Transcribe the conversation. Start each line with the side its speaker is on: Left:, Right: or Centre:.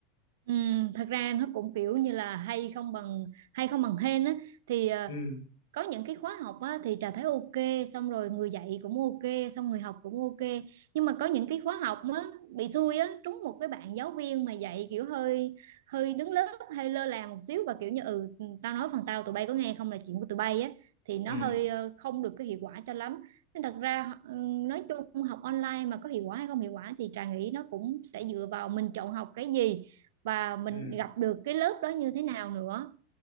Right: Ừm, thật ra nó cũng kiểu như là hay không bằng hay không bằng hên á thì ờ,
Left: Ừ,
Right: có những cái khóa học á, thì Trà thấy ok xong rồi người dạy cũng ok xong người học cũng ok nhưng mà có những cái khóa học á, bị xui á trúng một cái bạn giáo viên mà dạy kiểu hơi hơi đứng lớp hơi lơ là một xíu và kiểu như ừ tao nói phần tao tụi bay có nghe không là chuyện của tụi bay á thì nó
Left: ừ,
Right: hơi ờ, không được cái hiệu quả cho lắm nên thật ra ừ, nói chung học online mà có hiệu quả hay không hiệu quả thì Trà nghĩ nó cũng sẽ dựa vào mình chọn học cái gì và mình
Left: ừ,
Right: gặp được cái lớp đó như thế nào nữa